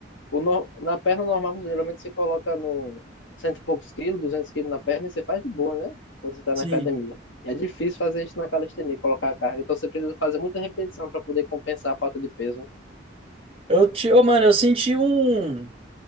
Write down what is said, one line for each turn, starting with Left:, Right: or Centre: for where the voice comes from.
Left: O nor- Na perna normal, você geralmente você coloca no cento e poucos quilos, 200 quilos na perna e você faz de boa, né? Quando você está
Right: Sim.
Left: na academia. E é difícil fazer isso na calistenia, colocar a carga. Então você precisa fazer muita repetição para poder compensar a falta de peso. né?
Right: Eu, ti- ô, mano, eu senti um.